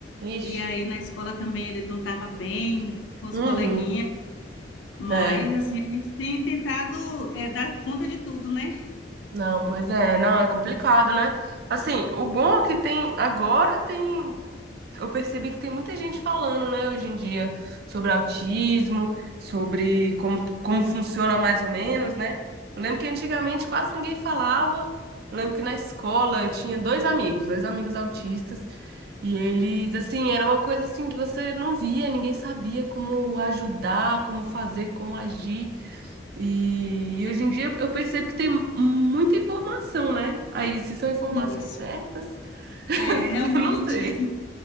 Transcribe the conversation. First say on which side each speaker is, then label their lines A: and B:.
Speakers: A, on the right; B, on the left.
A: Ixi.
B: E aí na escola também ele não estava bem com os
A: Uhum.
B: coleguinhas, mas
A: É.
B: assim, a gente tem tentado é, dar conta de tudo, né?
A: Não, pois é. Não, é complicado, né? Assim, o bom é que tem agora tem eu percebi que tem muita gente falando, né, hoje em dia, sobre autismo, sobre como, como funciona mais ou menos, né? Eu lembro que antigamente quase ninguém falava. Eu lembro que na escola eu tinha dois amigos, dois amigos autistas, e eles, assim, era uma coisa assim que você não via, ninguém sabia como ajudar, como fazer, como agir. E
B: É,
A: hoje em dia eu percebo que tem muita informação, né? Aí, se são informações
B: isso.
A: certas,
B: É,
A: <laughs>
B: realmente,
A: eu não sei.